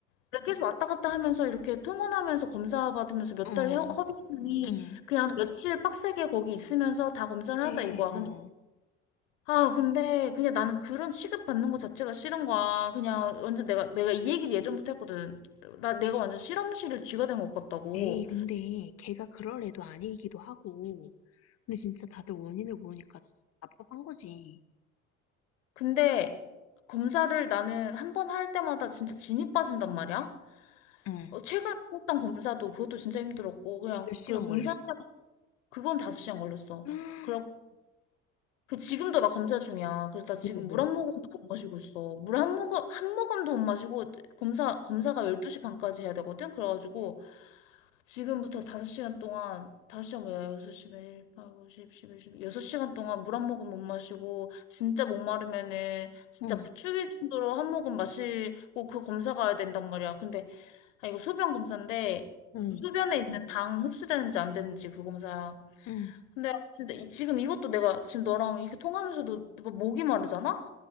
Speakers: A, on the left; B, on the left.
A: 그래, 계속 왔다 갔다 하면서 이렇게 통원하면서 검사 받으면서 몇
B: 어,
A: 달 허비이
B: 응.
A: 그냥 며칠 빡세게 거기 있으면서 다 검사를
B: 네,
A: 하자 이거야
B: 어.
A: 아, 근데 그냥 나는 그런 취급받는 것 자체가 싫은 거야. 그냥 완전 내가, 내가 이 얘기를 예전부터 했거든. 나, 내가 완전 실험실을 쥐가 된 것 같다고.
B: 에이, 근데 걔가 그럴 애도 아니기도 하고. 근데 진짜 다들 원인을 모르니까 답답한 거지.
A: 근데 검사를 나는 한 번 할 때마다 진짜 진이 빠진단 말이야.
B: 응.
A: 어, 최근에 했던 검사도 그것도 진짜 힘들었고, 그냥,
B: 몇 시간
A: 그래, 검사,
B: 걸려?
A: 그건 다섯 시간 걸렸어.
B: <gasps>
A: 그렇고, 그 지금도 나 검사 중이야. 그래서 나 지금
B: 뭐, 뭐.
A: 물 한 모금도 못 마시고 있어. 물 한 모금, 한 모금도 못 마시고, 검사, 검사가 열두시 반까지 해야 되거든? 그래가지고, 지금부터 5시간 동안, 5시간 뭐야, 6시, 1, 8, 9, 10, 11, 1여 6시간 동안 물 한 모금 못 마시고, 진짜 목마르면은, 진짜
B: 어, 어?
A: 죽일 정도로 한 모금 마시고, 그 검사 가야 된단 말이야. 근데, 아, 이거 소변 검사인데,
B: 응,
A: 그 소변에 있는 당 흡수되는지 안 되는지 그 검사야.
B: 응,
A: 근데 진짜 이- 지금 이것도 내가 지금 너랑 이렇게 통하면서도 뭐 목이 마르잖아?